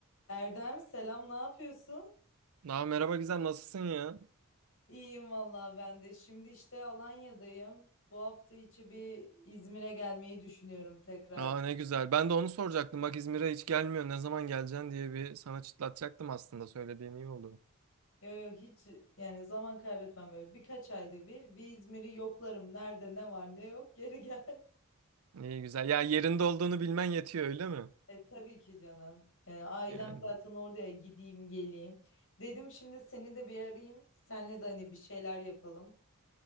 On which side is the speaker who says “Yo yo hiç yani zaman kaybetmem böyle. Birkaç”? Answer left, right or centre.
Left